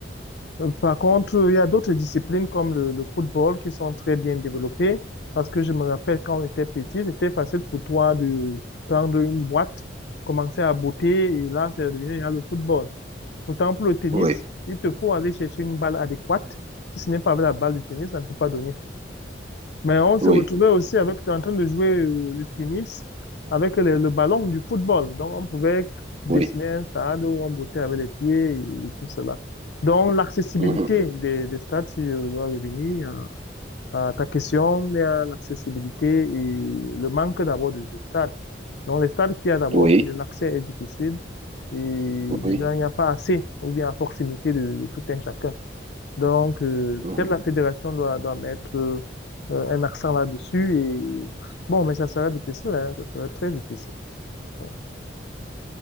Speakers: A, on the left; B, on the right.
A: Euh, Par contre, euh, il y a d'autres disciplines comme le, le football qui sont très bien développées parce que je me rappelle quand on était petit, c'était facile pour toi de prendre une boîte, commencer à botter et là, c'est devenu là, le football. Pourtant, pour le tennis,
B: Oui,
A: il te faut aller chercher une balle adéquate. Si ce n'est pas avec la balle de tennis, ça ne peut pas donner. Mais on se
B: oui,
A: retrouvait aussi avec, t'es en train de jouer euh, le tennis avec le, le ballon du football. Donc, on pouvait dessiner
B: oui,
A: un stade où on bottait avec les pieds et, tout cela. Donc, l'accessibilité
B: Mhm.
A: des, des stades, si je dois revenir à, à ta question, il y a l'accessibilité et le manque d'abord de, de stades. Donc, les stades qu'il y a d'abord,
B: oui,
A: l'accès est difficile et déjà,
B: oui.
A: il n'y a pas assez ou bien à proximité de, de tout un chacun. Donc, euh,
B: Mhm.
A: peut-être la fédération doit, doit mettre euh, euh, un accent là-dessus et bon, mais ça sera difficile, hein, ça sera très difficile. Ouais.